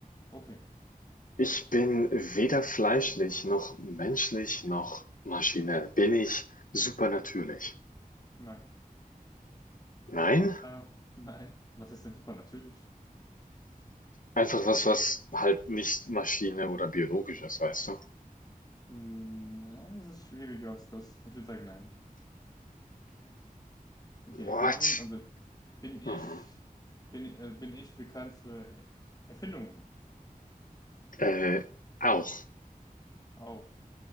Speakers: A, on the left (about 25°); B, on the left (about 65°).
A: Okay.
B: Ich bin weder fleischlich noch menschlich noch Maschine. Bin ich supernatürlich?
A: Nein.
B: Nein,
A: Äh, nein. Was ist denn supernatürlich?
B: einfach was, was halt nicht Maschine oder biologisch ist, weißt du?
A: Hm, ja, es ist schwieriger als das. Ich würde sagen, nein. Okay,
B: What?
A: ähm, also bin ich,
B: Mhm.
A: bin, äh, bin ich bekannt für Er- Erfindungen?
B: Äh, auch.
A: Auch.